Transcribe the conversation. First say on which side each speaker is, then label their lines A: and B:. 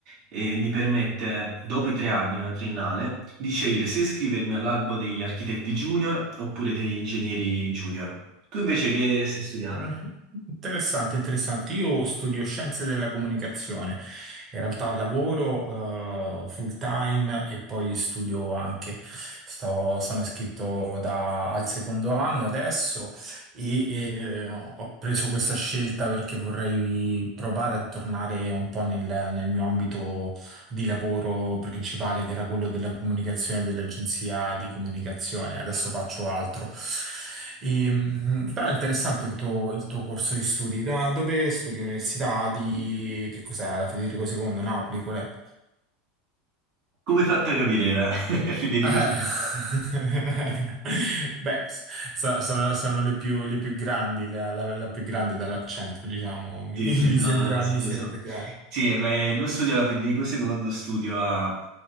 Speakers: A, on the right (about 60°); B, on the right (about 35°).
A: eh, mi permette, dopo i tre anni, una triennale, di scegliere se iscrivermi all'albo degli architetti junior oppure degli ingegneri junior. Tu invece che stai studiando?
B: Eh, interessante, interessante. Io studio scienze della comunicazione, in realtà lavoro eh, full time e poi studio anche. Sto- sono iscritto da- al secondo anno adesso e, e, eh, ho preso questa scelta perché vorrei provare a tornare un po' nel, nel mio ambito di lavoro principale che era quello della comunicazione dell'agenzia di comunicazione, adesso faccio altro. E, mh, però è interessante il tuo, il tuo corso di studi. Da dove studi? Università di... che cos'è? La Federico II, Napoli, qual è?
A: Come hai fatto a capire, la- <laughs> Federico?
B: Eh,
A: Sì,
B: <laughs> Beh, s- so- sono, sono le più, le più grandi, la, la- la più grande dall'accento, diciamo, mi,
A: sì, sì,
B: mi
A: no,
B: sembra,
A: no, lo so,
B: mi
A: lo
B: sembra
A: so.
B: chiaro.
A: Sì, ma, eh, non studio alla Federico II, studio a,